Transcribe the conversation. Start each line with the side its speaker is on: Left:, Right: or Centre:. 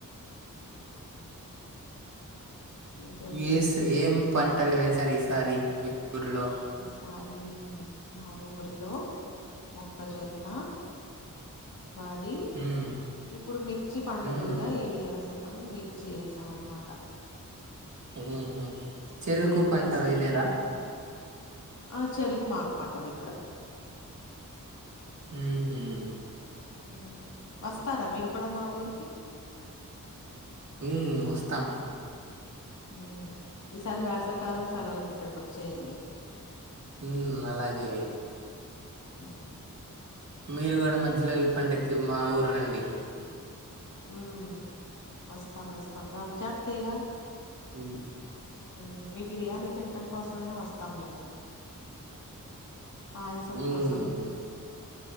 Left: <inaudible> ఇంకేంటి
Right: ఏస్ ఏం పన్ తల్వేసర్ ఈసారి ఊర్లో
Left: ఈసారి మా ఊరిలో మొక్కజొన్న వరి,
Right: మ్మ్
Left: ఇప్పుడు మిర్చి పండుతదిగా
Right: మ్మ్
Left: ఈ స వళ్ మిర్చి ఏసాం అన్నమాట
Right: ఉహుమ్ చెరుకు పంట
Left: మిర్చి
Right: వేయలేదా
Left: అట్లా ఆ చెరుకు మాకు పండదు ఇక్కడ
Right: ఉహుమ్
Left: ఉ వస్తారా మీరు కూడా మా ఊరికి
Right: ఉమ్ వస్తాం
Left: ఉమ్ ఈసారి వేసవికాలం సెలవులకి ఇక్కడికి వచ్చేయండి
Right: ఉమ్ అలాగే
Left: ఉమ్
Right: మీరు గూడ మజ్జల ఇ పడక్కి మా ఊర్ రండి
Left: ఉమ్ వస్తాం వస్తాం రంజాన్ కేగా
Right: ఉమ్
Left: <inaudible> బిర్యానీ తింటం కోసమైనా వస్తాం మేమ్ పాయసం
Right: మ్మ్
Left: కోసం